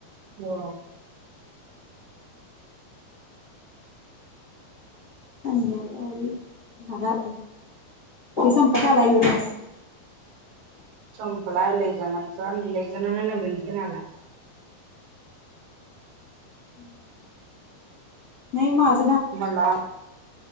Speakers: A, on the right; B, on the left.
A: हो
B: संध्याकाळी झाला आता ते संपत आला यगास.
A: संपलाय लहिजणांचा आणि ललेजणना नवीनकन आलाय
B: हम् नाही माझ
A: मला